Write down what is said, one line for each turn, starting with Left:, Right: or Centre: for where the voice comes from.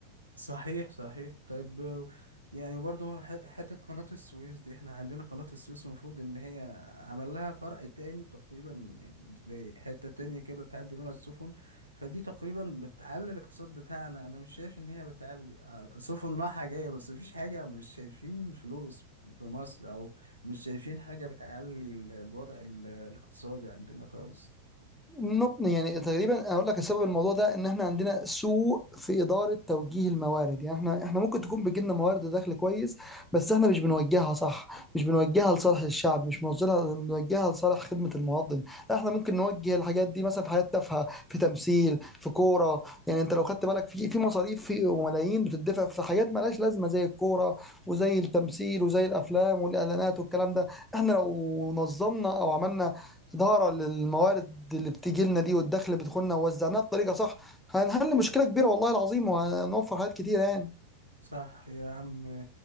Right: صحيح صحيح طيب آه، يعني برضو ح- حتة قناة السويس دي احنا عندنا قناة السويس المفروض ان هي عمل لها فرع تاني تقريبا يعني زي حتة تانية كده تعدي منها السفن فدي تقريبا بتعلي الاقتصاد بتاعنا انا مش شايف ان هي بتعلي آه، سفن رايحة جاية بس مفيش حاجة مش شايفين فلوس في مصر او مش شايفين حاجة بتعلي ال- الوضع ال- الاقتصادي عندنا خالص
Centre: نط- يعني تقريبا اقول لك السبب الموضوع ده ان احنا عندنا سوء في اداره توجيه الموارد يعني احنا احنا ممكن تكون بيجي لنا موارد دخل كويس بس احنا مش بنوجهها صح مش بنوجهها لصالح الشعب مش بنوجهها بنوجهها لصالح خدمه المواطن لا احنا ممكن نوجه الحاجات دي مثلا في حاجات تافهه في تمثيل في كوره يعني انت لو خدت بالك في في مصاريف في وملايين بتدفع في حاجات مالهاش لازمه زي الكوره وزي التمثيل وزي الافلام والاعلانات والكلام ده احنا لو نظمنا او عملنا إدارة للموارد اللي بتيجي لنا دي والدخل اللي بيدخلنا ووزعناها بطريقة صح هنحل مشكلة كبيرة والله العظيم وهنوفر حاجات كتير يعني
Right: صح يا عم